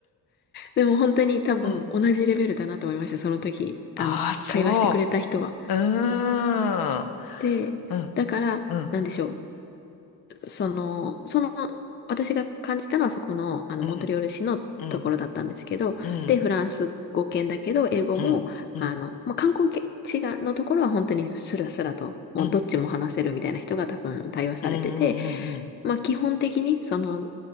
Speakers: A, on the left (about 30°); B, on the left (about 70°).
A: でも本当に多分同じレベルだなと思いました、
B: うん。
A: その時。
B: ああ、
A: あの、
B: そ
A: 会話してくれた人は。
B: う。うーん。
A: で、
B: うん、
A: だから、
B: うん、
A: なんでしょう。その、その、私が感じたのはそこの、あの、
B: うん、
A: モントリオール市のところだったんですけど、
B: うん、うん、
A: で、
B: うん、
A: フランス語圏だけど、英語も、
B: うん、うん、
A: あの、まあ、観光地が、のところは本当にスラスラと、もうどっちも話せるみたいな人が多分対応されてて、
B: うん、うん、うん、
A: まあ、基本的に、その、